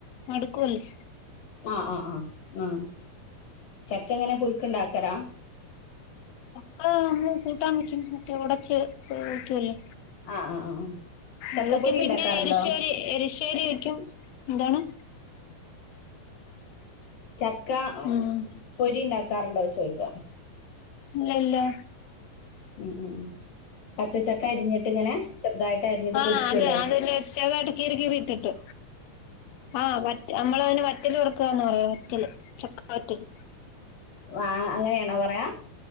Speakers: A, on the left; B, on the left.
A: മടുക്കുവല്ലോ
B: ആഹ് ആഹ് ആഹ് ചക്ക എങ്ങനെ പുഴുക്ക് ഇണ്ടാക്കലാ?
A: ചക്ക നമ്മള് കൂട്ടാൻ വെക്കും മറ്റേ നടച്ച് വെക്കുവല്ലോ
B: ആഹ് ആഹ് ആഹ് ആഹ് ചക്കപ്പൊരി
A: അത് വെക്കും പിന്നെ
B: ഇണ്ടാക്കാറുണ്ടോ
A: എരിശ്ശേരി എരിശ്ശേരി വയ്ക്കും. എന്താണ്?
B: ചക്ക
A: ഉം
B: പൊരി ഇണ്ടാക്കാറുണ്ടോ ചോയിക്കാ
A: ഇല്ലല്ലോ
B: ഉം ഉം ഉം പച്ച ചക്ക അരിഞ്ഞിട്ട് ഇങ്ങനെ ചെറുതായിട്ട് അരിഞ്ഞിട്ട്
A: ആഹ്
B: പൊരിക്കുവല്ലോ
A: അത് അതില് ചെറുതായിട്ട് കീറി കീറി ഇട്ടിട്ട് ആഹ് വറ്റ് നമ്മളതിന് വറ്റല് വറക്കാന്ന് പറയാ വറ്റല് ചക്ക വറ്റല്
B: ആഹ് അങ്ങനെയാണോ പറയാ?